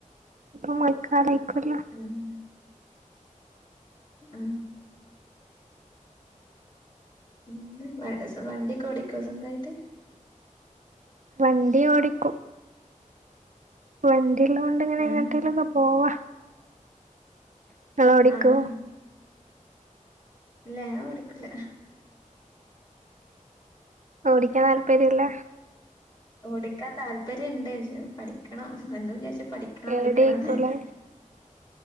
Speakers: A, on the right; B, on the left.
A: ഇപ്പൊ മഴക്കാലം <unintelligible>
B: ആഹ് ആഹ് ഉം <unintelligible> വണ്ടിയൊക്കെ ഓടിക്കോ സ്വന്തായിട്ട്
A: വണ്ടി ഓടിക്കും വണ്ടി ഉള്ളോണ്ട് ഇങ്ങനെ
B: ആഹ്
A: എങ്ങോട്ടേലൊക്കെ പോവാ ഇങ്ങള് ഓടിക്കോ
B: ആഹ് ഇല്ല ഞാൻ ഓടിക്കൂല
A: ഓടിക്കാൻ താല്പര്യല്ല
B: ഓടിക്കാൻ താല്പര്യണ്ട് പക്ഷെ പഠിക്കണം എന്നും വിചാരിച്ചും പഠിക്കണം
A: പേടിയായിക്കൂലേ
B: പഠിക്കണംന്ന്